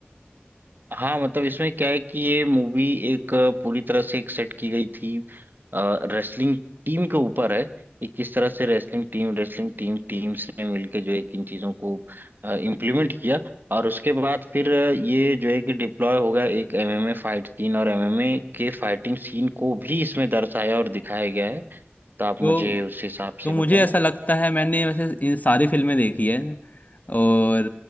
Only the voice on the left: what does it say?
तो
तो
मुझे
ऐसा लगता है मैंने वैसे इन सारी फिल्में देखी है और